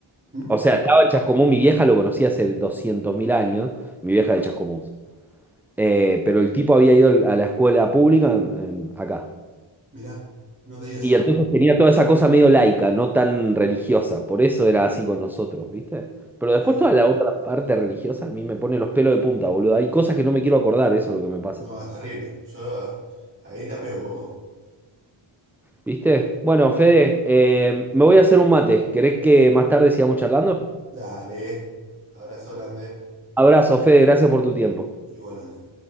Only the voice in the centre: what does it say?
O sea, estaba en Chascomús, mi vieja lo conocía hace 200.000 años, mi vieja de Chascomús. Eh, pero el tipo había ido a la escuela pública en- en- acá.
Y
entonces tenía toda esa cosa medio laica, no tan religiosa. Por eso era así con nosotros, ¿viste? Pero después
toda la otra parte religiosa a mí me pone los pelos de punta, boludo. Hay cosas que no me quiero acordar, eso es lo que me pasa.
¿Viste? Bueno, Fede, eh, me voy a hacer un mate. ¿Querés que más tarde sigamos charlando?
Abrazo, Fede, gracias por tu tiempo.